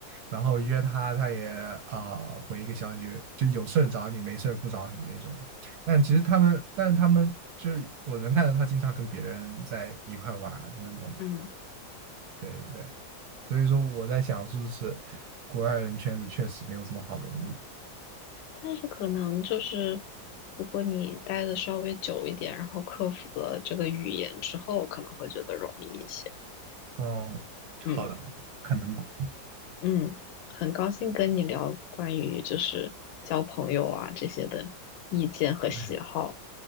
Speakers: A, on the right; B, on the left.
A: 然后约他，他也啊、回一个消息，就有事儿找你，没事儿不找你那种。但其实他们，但他们就是我能看到他经常跟别人在一块玩儿，能懂吗？
B: 嗯。
A: 对对对。所以说我在想，是不是国外人圈子确实没有什么好融入？
B: 但是可能就是，如果你待的稍微久一点，然后克服了这个语言之后，可能会觉得容易一些。
A: 哦，
B: 嗯
A: 好的，好的可能吧。
B: 嗯，很高兴跟你聊关于就是交朋友啊这些的意见和喜好。
A: OK，